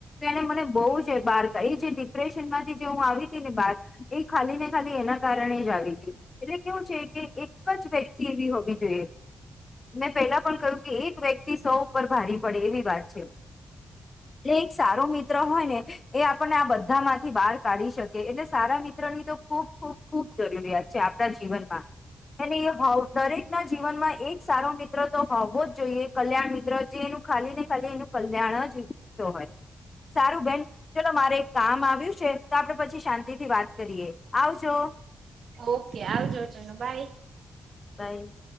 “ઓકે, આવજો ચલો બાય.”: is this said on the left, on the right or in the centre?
Right